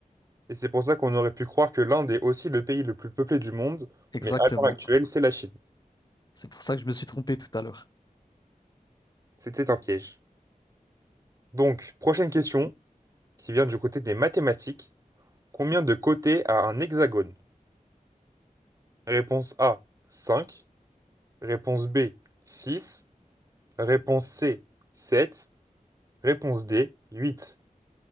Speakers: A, on the right; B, on the left.
A: et c'est pour ça qu'on aurait pu croire que l'Inde est aussi le pays le plus peuplé du monde,
B: Exactement.
A: mais à l'heure actuelle, c'est la Chine.
B: C'est pour ça que je me suis trompé tout à l'heure.
A: C'était un piège. Donc, prochaine question, qui vient du côté des mathématiques. Combien de côtés a un hexagone? Réponse A, 5. Réponse B, 6. Réponse C, 7. Réponse D, 8.